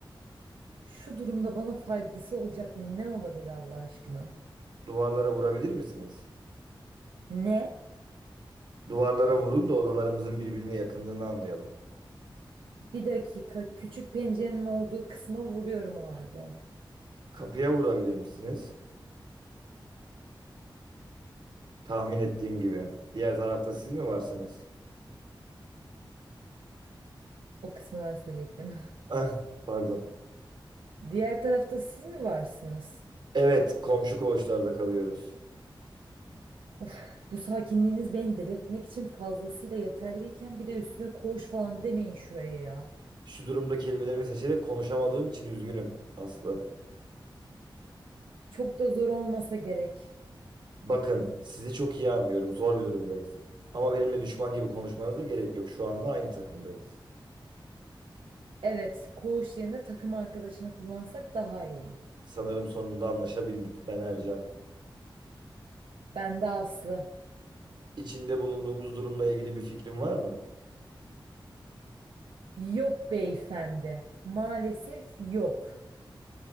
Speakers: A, on the right; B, on the right.
A: Şu durumda bana faydası olacak ne olabilir Allah aşkına?
B: Duvarlara vurabilir misiniz?
A: Ne?
B: Duvarlara vurun da odalarımızın birbirine yakınlığını anlayalım.
A: Bir dakika küçük pencerenin olduğu kısma vuruyorum o halde.
B: Kapıya vurabilir misiniz? Tahmin ettiğim gibi. Diğer tarafta siz mi varsınız?
A: O kısmı ben söyleyecektim.
B: Ah, pardon.
A: <laughs> Diğer tarafta siz mi varsınız?
B: Evet, komşu koğuşlarda kalıyoruz.
A: Of, bu sakinliğiniz beni delirtmek için fazlasıyla yeterliyken bir de üstüne koğuş falan demeyin şuraya ya.
B: Şu durumda kelimelerimi seçerek konuşamadığım için üzgünüm Aslı.
A: Çok da zor olmasa gerek.
B: Bakın, sizi çok iyi anlıyorum. Zor bir durumdayız. Ama benimle düşman gibi konuşmanıza gerek yok. Şu anda aynı takımdayız.
A: Evet, koğuş yerine takım arkadaşını kullansak daha iyi.
B: Sanırım sonunda anlaşabildik. Ben Ercan.
A: Ben de Aslı.
B: İçinde bulunduğumuz durumla ilgili bir fikrin var mı?
A: Yok beyefendi. Maalesef yok.